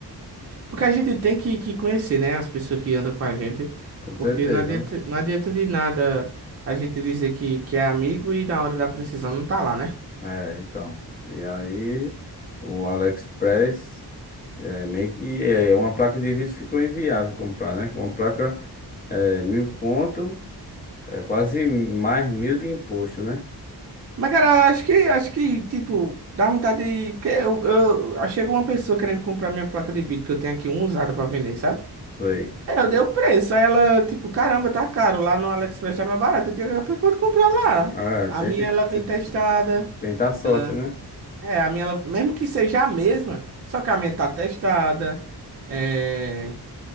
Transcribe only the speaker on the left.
Com
certeza.
É, então. E aí, o AliExpress é, meio que é, é uma placa de vídeo ficou inviável comprar, né? Que é Uma placa é, mil conto, é quase mais mil de imposto, né?
Foi.
Ah,
tem
que
te-
tentar a sorte,
né?